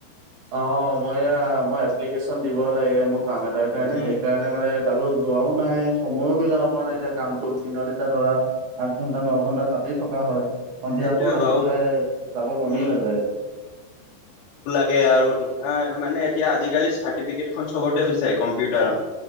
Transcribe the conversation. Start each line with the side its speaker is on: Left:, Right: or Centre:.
Right: অ, মই মই এপ্লিকেশ্যন দিব লাগে মোৰ কাম এটাৰ কাৰণে
Left: উম
Right: সেইকাৰণে মানে। তালৈ যোৱাও নাই সময়ো মিলাব পৰা নাই এতিয়া কামটোত দিনত এতিয়া ধৰা। আঠ ঘণ্টা ন ঘণ্টা তাতেই থকা হয়। সন্ধিয়াৰ
Left: সেইটোৱে
Right: পৰত আহি
Left: বাৰু
Right: পেলাই যাব মনেই
Left: উম
Right: নাযায়।
Left: তাকে আৰু তোমাৰ মানে এতিয়া আজিকালি চাৰ্টিফিকেট খন চবতে বিচাৰে কম্পিউটাৰক।